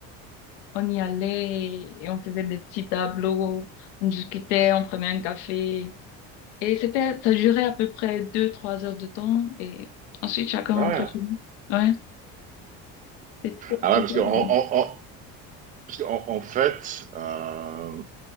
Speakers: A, on the left; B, on the right.
A: on y allait et on faisait des petits tableaux, on discutait, on prenait un café. Et c'était, ça durait à peu près deux, trois heures de temps et ensuite chacun rentrait
B: Ah ouais.
A: chez nous. Ouais, c'était
B: Ah
A: super
B: ouais, parce que en,
A: cool.
B: en- en- parce que en- en fait, euh,